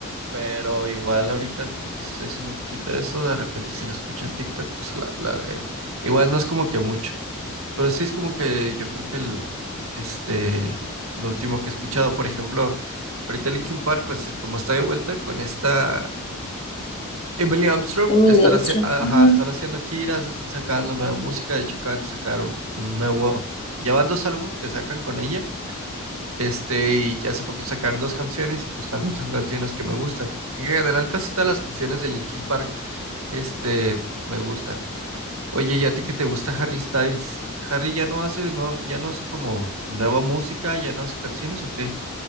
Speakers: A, on the right; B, on the left.
A: Pero igual ahorita como que si estoy haciendo un poquito de eso, de repente si la escucho en TikTok, pues la, la agrego. Igual no es como que mucho, pero sí es como que yo creo que el, este, lo último que he escuchado, por ejemplo, ahorita Linkin Park, pues como está de vuelta con esta... Emily Armstrong
B: Emily
A: están,
B: Armstrong.
A: haci- ajá,
B: ujú.
A: están haciendo giras, están sacando nueva música, de hecho acaban de sacar un un nuevo, ya van dos álbumes que sacan con ella, este, y hace poquito sacaron dos canciones y pues también son canciones que me gustan. En general, casi todas las canciones de Linkin Park, este, me gustan. Oye, ¿y a ti que te gusta Harry Styles? ¿Harry ya no hace, no, ya no hace como nueva música, ya no hace canciones o qué?